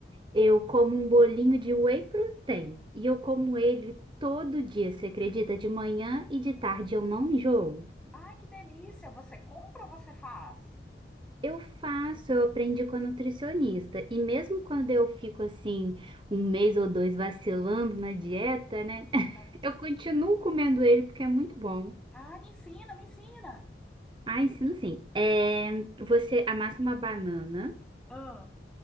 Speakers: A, on the right (about 25°); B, in the centre.
A: eu como um bolinho de whey protein. E eu como ele todo dia, você acredita? De manhã e de tarde eu não enjoo.
B: Ai, que delícia! Você compra ou você faz?
A: Eu faço, eu aprendi com a nutricionista. E mesmo quando eu fico assim, um mês ou dois vacilando na dieta, né? <laughs>
B: Ah,
A: Eu continuo comendo ele porque é muito bom.
B: ah, me ensina, me ensina.
A: Ah, ensino sim. É, você amassa uma banana,
B: Ah,